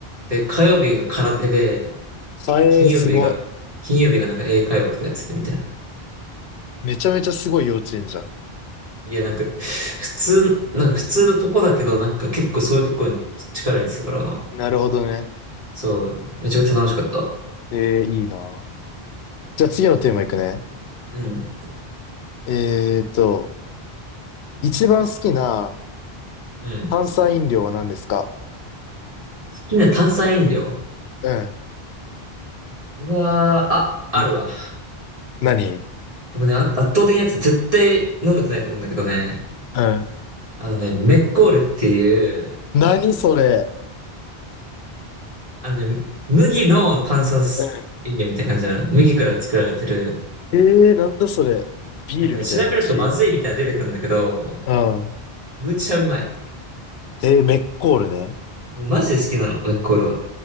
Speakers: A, on the right; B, on the left.
A: で、火曜日が空手で、
B: あえー、
A: 金曜日が、
B: すご。
A: 金曜日がなんか英会話とかやってたみたいな。
B: めちゃめちゃすごい幼稚園じゃん。
A: いや、なんか、普通、なんか普通のとこだけど、なんか結構そういうとこに力入れてたから、
B: なるほどね。
A: そう、めちゃくちゃ楽しかった。
B: えー、いいな。じゃあ次のテーマいくね。
A: うん。
B: えーと、一番好きな
A: うん。
B: 炭酸飲料は何ですか
A: 好きな炭酸飲料。
B: うん。
A: うわー、あ、あるわ。
B: い何
A: 僕ね、あ圧倒的なやつ絶対飲んだことないと思うんだけどね。
B: うん。
A: あのね、メッコールっていう、
B: 何それ
A: あのね、麦の炭酸
B: うん。
A: 飲料みたいな感じなの。麦から作られてる。
B: えー、なんだそれ。ビールみたいな話
A: なんかね、調べるとまずいみたいなの出てくるんだけど、
B: うん。
A: むちゃうまい。
B: えー、メッコールね。
A: マジで好きなの、メッコールは。